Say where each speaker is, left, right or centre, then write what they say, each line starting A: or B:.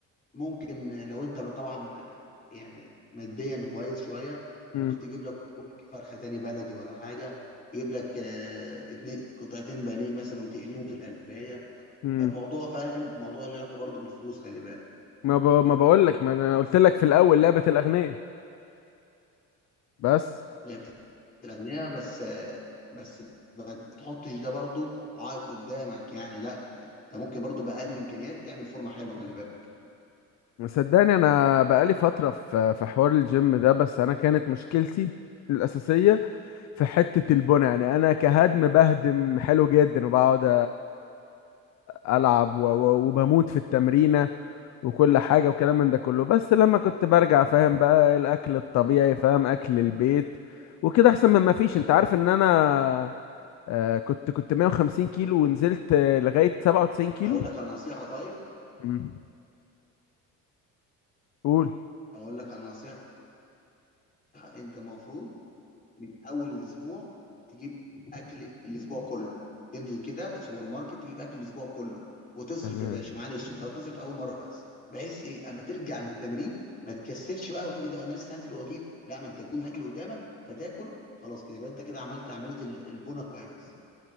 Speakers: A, on the left; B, on the left.
A: ممكن لو انت طبعا يعني ماديا كويس شويه
B: امم
A: ممكن تجيب لك ورك فرخه تاني بلدي ولا حاجه تجيب لك آه، اتنين قطعتين بانيه مثلا وتقليهم في القلايه
B: امم
A: فالموضوع فاهم موضوع اللي علاقه برضه بالفلوس خلي بالك
B: ما ب... ما بقول لك ما انا قلت لك في الاول لعبة الاغنياء بس
A: لعبه الاغنياء بس آه، بس ما تحطش ده برضه عائق قدامك يعني لا انت ممكن برضه باقل الامكانيات تعمل فورمه حلوه خلي بالك
B: صدقني انا بقالي فترة في في حوار الجيم ده بس انا كانت مشكلتي الأساسية في حتة البنى يعني أنا كهدم بهدم حلو جدا وبقعد أ- ألعب و- و- وبموت في التمرينة وكل حاجة وكلام من ده كله بس لما كنت برجع فاهم بقى الأكل الطبيعي فاهم أكل البيت وكده أحسن من ما فيش أنت عارف إن أنا آه، كنت كنت 150 كيلو ونزلت آه، لغاية 97 كيلو
A: اقول لك على نصيحه طيب
B: مم. قول
A: اقول لك على نصيحه انت المفروض من اول الاسبوع تجيب اكل الاسبوع كله تنزل كده السوبر ماركت تجيب اكل الاسبوع كله وتصرف
B: تمام
A: يا باشا معلش انت هتصرف اول مره بس بحيث ايه اما ترجع من التمرين ما تكسلش بقى وتقول ايه ده انا لسه هنزل واجيب لا ما انت يكون الاكل قدامك فتاكل خلاص كده يبقى انت كده عملت عمليه ال- البونه كويس